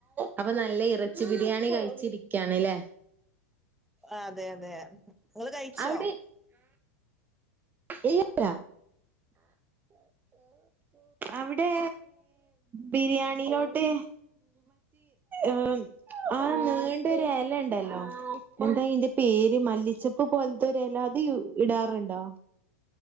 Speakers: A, on the right; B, in the centre.
A: അപ്പൊ നല്ല ഇറച്ചി ബിരിയാണി കഴിച്ചിരിക്കാണ്ല്ലേ
B: അതെ അതെ നിങ്ങങ്ങള് കഴിച്ചോ
A: അവിടെ ഇല്ലല്ല അവിടെ ബിരിയാണോട്ട് ആ ആഹ നീണ്ടൊരൂ എല ഉണ്ടല്ലോ എന്താ അയിന്റെ പേര് മല്ലിച്ചപ്പ് പോലത്തെ ഇല അത് ഇടാറുണ്ടോ